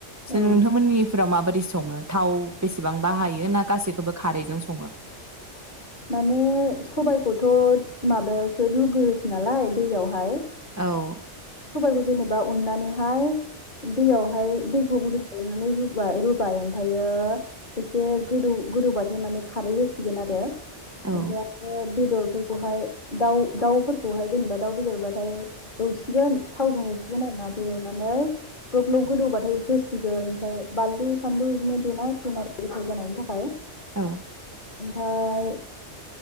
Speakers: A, on the right; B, on the left.
A: सो
B: औ
A: नोंथांमोननिफ्राव माबाद दि सङो थाव बेसेबां बाहायो? ना गासिखौबो खारैजों सं सङो?
B: माने सबायखौथ' माबायावसो रुग्रोसो नालाय दैयावहाय।
A: औ
B: सबायखौ जेनेबा उननानैहाय दैयाव फाय दैखौ गुदुं खालामनानै रु बाय रुबाय ओमफ्रायो एसे गोदौ-गोदौबाथाय माने खारै होसिगोन आरो। ओमफ्राय
A: औ
B: आरो बेदरफोरखौहाय दाउ-दाउफोरखौहाय जेनेबा दाउ बेदरबाथाय दस सिगोन थावजों एवसिगोन आरोना ओमफ्राय एवनानै ग्लब ग्लब गोदौबाथाय होसिगोन ओमफ्राय बानलु सानलु बिदिनो देना सिमार गोथाव जानायनि थाखाय।
A: औ
B: ओमफ्राय